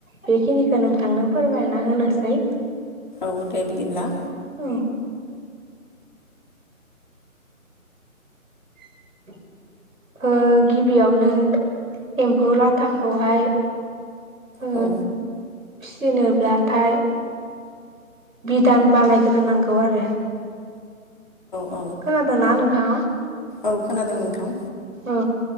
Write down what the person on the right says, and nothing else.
बेखिनिखौ नोंथांनो फोरमायना होनोसै
औ। <inaudible> ओ गिबियावनो एम्फौ लाथाखौहाय ओ
फिसिनोब्लाथाय दान बानायग्रो नांगौ आरो।
खोनादोंना नोंथाङा।
औ